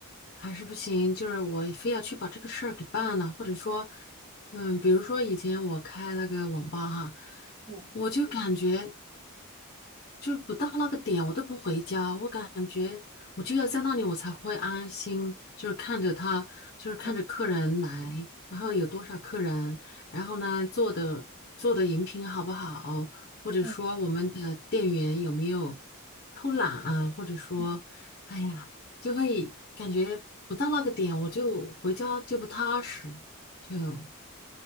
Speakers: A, on the left; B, on the right.
A: 还是不行，就是我非要去把这个事儿给办了，或者说，嗯，比如说以前我开那个网吧哈，
B: 嗯
A: 我就感觉。就不到那个点，我都不回家。我感觉我就要在那里，我才会安心，就是看着他，就是看着客人来，
B: 嗯
A: 然后有多少客人，然后呢做的做的饮品好不好，或者说我们的店员有没有
B: 嗯
A: 偷懒啊，或者说，
B: 嗯，嗯
A: 哎呀，就会感觉不到那个点，我就回家就不踏实，就